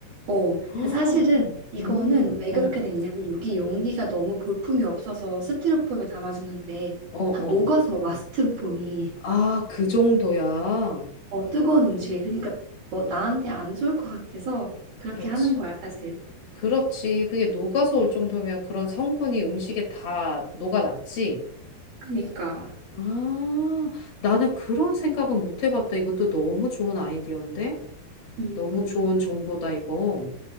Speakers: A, on the right; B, on the left.
A: 어,
B: 헉,
A: 근데 사실은 이거는
B: 음,
A: 왜
B: 어,
A: 그렇게 됐냐면 여기 용기가 너무 볼품이 없어서 스티로폼에 담아주는데
B: 어, 어.
A: 다 녹아서 와 스티로폼이
B: 아, 그 정도야.
A: 어, 뜨거운 음식이 그러니까 너 나한테 안 좋을 것 같아서 그렇게
B: 그렇지.
A: 하는 거야 사실.
B: 그렇지. 그게 녹아서 올 정도면 그런 성분이 음식에 다 녹아났지.
A: 그러니까
B: 아, 나는 그런 생각을 못 해봤다. 이것도 너무 좋은 아이디어인데?
A: 음,
B: 너무 좋은 정보다, 이거.